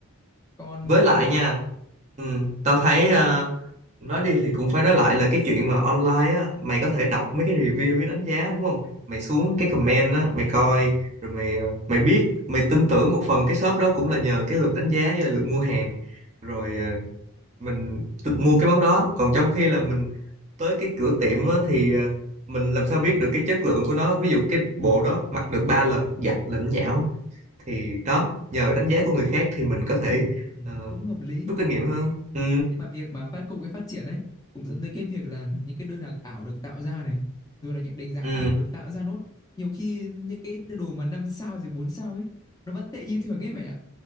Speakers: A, on the left; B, on the right.
A: còn
B: với lại nha ừ, tao thấy ờ, nói đi thì cũng phải nói lại là cái chuyện mà online á mày có thể đọc mấy cái review với đánh giá đúng không mày xuống cái comment á mày coi rồi mày ờ, mày biết mày tin tưởng một phần cái shop đó cũng là nhờ cái lượt đánh giá với lại lượt mua hàng rồi ờ, mình tự mua cái món đó còn trong khi là mình tới cái cửa tiệm á, thì ờ, mình làm sao biết được cái chất lượng của nó ví dụ cái bộ đó mặc được 3 lần giặt là nó nhão thì đó nhờ đánh giá của người khác thì mình có thể
A: ừ,
B: ờ,
A: cũng hợp lý
B: rút kinh nghiệm hơn ừ
A: nhưng mà việc mà phát công nghệ phát triển ấy cũng dẫn tới cái việc là những cái đơn hàng ảo được tạo ra này rồi là những đánh giá
B: ừ
A: ảo được tạo ra nốt nhiều khi những cái đồ mà năm sao rồi bốn sao ấy nó vẫn tệ như thường ấy vậy ạ